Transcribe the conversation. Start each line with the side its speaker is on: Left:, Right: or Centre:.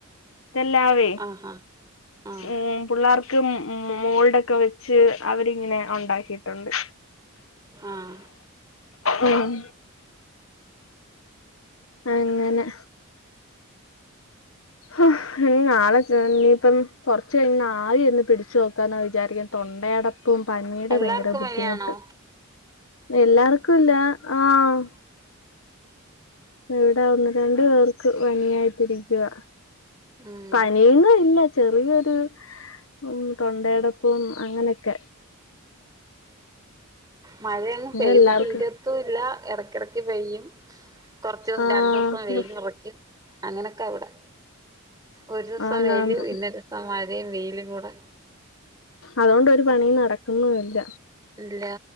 Left: എല്ലാവേ
Right: ആഹാ ആഹ്
Left: ഉം പിള്ളേർക്ക് മോൾഡൊക്കെ വെച്ച് അവരിങ്ങനെ ഉണ്ടാക്കിയിട്ടുണ്ട്
Right: ആഹ്
Left: ഉം അങ്ങനെ ആഹ് ഇനി നാളെ ഇനയിപ്പം കൊറച്ച കഴിഞ് ആവി ഒന്ന് പിടിച് നോക്കാന്നാ വിചാരിക്കൻ തൊണ്ടയട ഇപ്പം പനിയുടെ
Right: എല്ലാർക്കും
Left: ഭയങ്കര ബുദ്ധിമുട്ട്
Right: പനിയാണോ
Left: എല്ലാർക്കുംല്ല ആഹ് ഇവിടെ ഒന്ന് രണ്ട് പേർക്ക് പനിയായിട്ടരിക്കുക
Right: ഉം
Left: പനിയന്നും ഇല്ല ചെറിയൊരു ഉം തൊണ്ടയടപ്പും അങ്ങനെയൊക്കെ
Right: മഴ അങ് പെയ്ത്
Left: എല്ലാർക്കും
Right: തീരത്തുല്ല ഇടക്കിടക്ക് പെയ്യും കൊറച്ച്
Left: ആഹ്
Right: രണ്ടു ദിവസം വെയില് ഉറക്കും അങ്ങനെയൊക്കെ ഇവിടെ ഒരു ദിവസം
Left: ആന്നാന്ന്
Right: വെയില് പിന്നൊരു ദിവസം മഴയും വെയിലും കൂടെ
Left: അതുകൊണ്ടരു പണി നടക്കുന്നുല്ല
Right: ഇല്ല